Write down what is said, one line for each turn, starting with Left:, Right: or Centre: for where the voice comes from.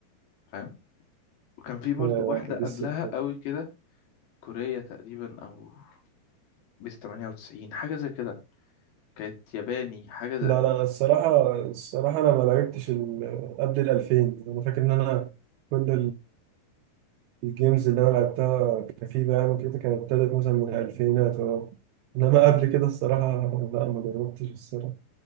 Left: فاهم وكان في برضو
Right: آه،
Left: واحدة
Right: دي
Left: قبلها
Right: الستة
Left: قوي كده كورية تقريبا أو بيس تمانية وتسعين حاجة زي كده كانت ياباني حاجة زي...
Right: لا لا الصراحة الصراحة أنا ما لعبتش ال- قبل الألفين أنا فاكر إن أنا كل الجيمز اللي انا لعبتها كفيفا يعني وكده كانت ابتدت مثلا من الالفينات اه انما
Left: مم،
Right: قبل كده الصراحه لا ما جربتش الصراحه